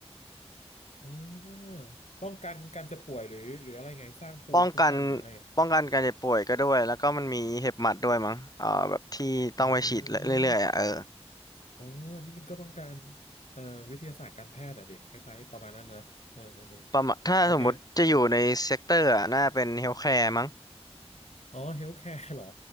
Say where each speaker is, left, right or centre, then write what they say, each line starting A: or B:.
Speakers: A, on the left (about 80°); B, on the left (about 35°).
A: เออป้องกันการจะป่วยหรือหรืออะไรไงสร้างภูมิคุ้มกันหรืออะไร
B: ป้องกันป้องกันการเจ็บป่วยก็ด้วยแล้วก็มันมีเห็บหมัดด้วยมั้งเอ่อแบบที่ต้องไปฉีดเรื่อยๆอ่ะเออ
A: เอออ๋ออันนี่มันก็ต้องการเอ่อวิทยาศาสตร์การแพทย์อะดิคล้ายๆประมาณนั้นนะเออเออเออ
B: ประมาณถ้าสมมุติจะอยู่ในเซกเตอร์อ่ะน่าเป็นเฮลท์แคร์มั้ง
A: โอเค อ๋อเฮลท์แคร์เหรอ